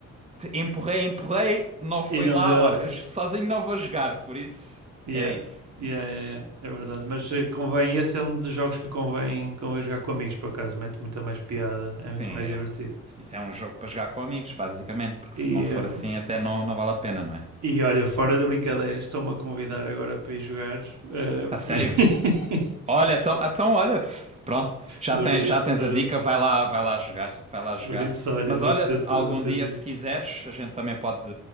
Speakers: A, on the right (about 20°); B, on the right (about 65°).
A: empurrei, empurrei, não foi
B: E não
A: lá.
B: deu.
A: Olha, sozinho não vou jogar, por isso
B: Yeah.
A: é isso.
B: Yeah, yeah, yeah. É verdade. Mas eh, convém, esse é um dos jogos que convém, convém jogar com amigos, por acaso. Mete muita mais piada, é muito
A: Sim, é.
B: mais divertido.
A: Isso é um jogo para jogar com amigos, basicamente, porque
B: E,
A: se não for
B: hum,
A: assim até não, não vale a pena, não é?
B: e olha, fora de brincadeiras, estão-me a convidar agora para ir jogar. eh,
A: A sério?
B: por... <laughs>
A: Olha, então, então olha, pronto, já,
B: por
A: tem,
B: isso,
A: já tens a dica, vai lá, vai lá jogar, vai lá jogar.
B: por isso, olha,
A: Mas
B: vou
A: olha,
B: ter de,
A: algum
B: vou ter
A: dia
B: de
A: se
B: ir.
A: quiseres, a gente também pode,